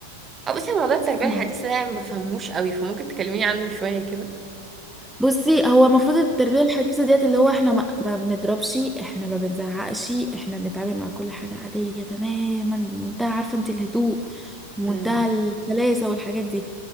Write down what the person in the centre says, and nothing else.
دي
بصي هو المفروض التربية الحديثة ديت اللي هو احنا ما, ما بنضربش احنا ما بنزعقش احنا بنتعامل مع كل حاجة عادية تماما بمنتهى عارفة انت الهدوء ومنتهى
السلاسة والحاجات دي